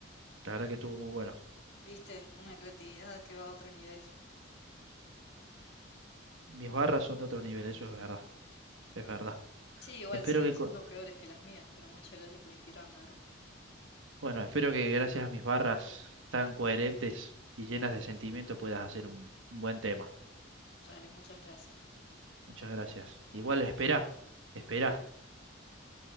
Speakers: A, on the right (about 80°); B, on the left (about 55°).
A: La verdad que estuvo muy bueno.
B: Viste, una creatividad que va a otro nivel.
A: Mis barras son de otro nivel, eso es verdad, es verdad.
B: Sí, igual
A: Espero
B: siguen
A: que,
B: siendo
A: co-
B: peores que las mías, pero muchas gracias por inspirarme, bro.
A: bueno, espero que gracias a mis barras tan coherentes y llenas de sentimiento puedas hacer un un buen tema.
B: Dale, muchas gracias.
A: Muchas gracias. Igual esperá, esperá,